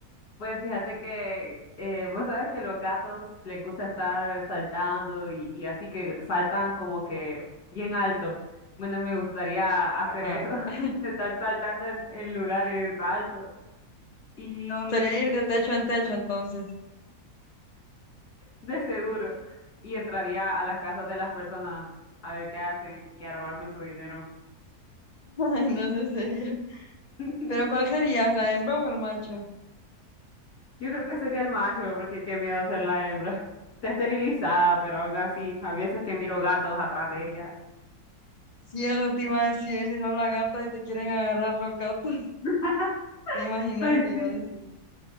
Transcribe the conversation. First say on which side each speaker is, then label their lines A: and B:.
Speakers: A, on the left (about 75°); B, on the left (about 45°).
A: Pues fíjate que eh, vos sabes que los gatos les gusta estar saltando y, y así que saltan como que bien alto. Bueno, me gustaría hacer
B: Ajá.
A: eso, <laughs>
B: <laughs>
A: estar saltando en, en lugares altos y
B: Me gustaría ir de techo en techo entonces.
A: de seguro. Y entraría a las casas de las personas a ver qué hacen y a robarme su dinero.
B: <laughs> Ay, no sé, sería.
A: <laughs>
B: ¿Pero cuál sería? ¿La hembra o el macho?
A: Yo creo que sería el macho, porque qué miedo ser la hembra. <laughs> Está esterilizada, pero aún así, a veces que miro gatos atrás de ella.
B: Si eso te iba a decir, si sos la gata y te quieren agarrar los gatos, <laughs>
A: <laughs>
B: te imaginas,
A: Pues
B: te iba
A: sí,
B: a decir.